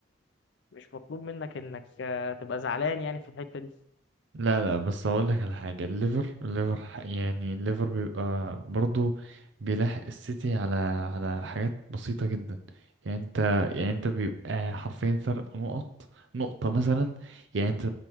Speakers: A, on the left; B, on the right.
A: مش مطلوب منك انك آه، تبقى زعلان يعني في الحته دي
B: لا لا بس اقول لك على حاجه الليفر الليفر ح- يعني الليفر بيبقى برضو بيلاحق السيتي على على حاجات بسيطه جدا يعني انت يعني انت بيبقى حرفيا فرق نقط نقطه مثلا يعني انت